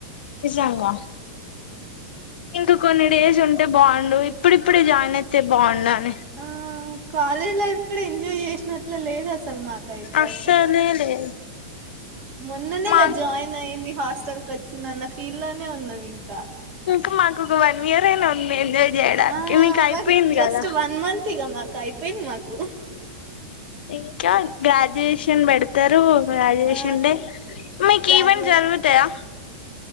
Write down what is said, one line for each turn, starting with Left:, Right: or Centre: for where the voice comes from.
Left: నిజంగా. ఇంకా కొన్ని డేస్ ఉంటే బాగుండు ఇప్పుడిప్పుడే జాయిన్ అయితే బాగుండని
Right: ఆ కాలేజ్ లైఫ్ కూడా ఎంజాయ్ చేసినట్లు లేదసాల్మకు అయితే
Left: అస్సలే
Right: అసలు
Left: లేదు
Right: మొన్ననే
Left: మా
Right: గా జాయినైంది హాస్టల్ కోచ్చిందన్న ఫీల్లోనే ఉన్నావింకా
Left: ఇంకా మాకు ఒక వనియర్ అయినా ఉంది ఎంజాయ్ చేయడానికి
Right: ఆ
Left: మీకైపోయింది
Right: మరి జస్ట్
Left: కదా
Right: వన్ మంత్ ఇక మాకు అయిపోయింది మాకు
Left: ఇంకా గ్రాజ్యుయేషన్ బెడ్తారు గ్రాజుయేషన్
Right: ఆ
Left: డే మీకేవెంట్స్
Right: గ్రాడ్యుయేషన్
Left: జరుగుతయా